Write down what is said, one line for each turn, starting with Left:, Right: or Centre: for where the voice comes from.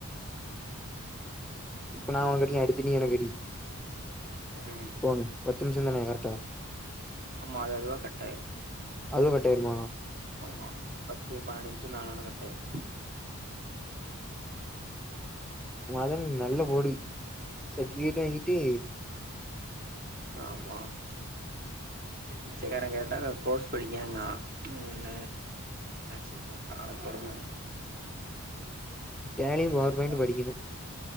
Centre: இப்ப
Right: பாக்கணு
Centre: நா ஒனக் அடிக்க அடுத்து நீ எனக் அடி
Right: ம்
Centre: போ நீ பத்து நிம்ஷந்தான கரட்டா
Right: ஆமா அது அதுவா கட்டாயிரு
Centre: அதுவு கட்டாயிருமா
Right: ஆமா பத்து பனெண்டு நிமிஷோ தாண்டுன உட்னே கட்டாயிரு
Centre: மதன் நல்ல போடு சட்டிவிகேட்டும் வாங்கிட்டு
Right: ஆமா பிச்சக்கார கேட்டா நா கோர்ஸ் படிக்கேங்கா <unintelligible> என்ன செய்ய காலக்கொடும படிச்சா
Centre: டேலியு பவர்பாயிண்டும்
Right: செரிதா
Centre: படிக்கணு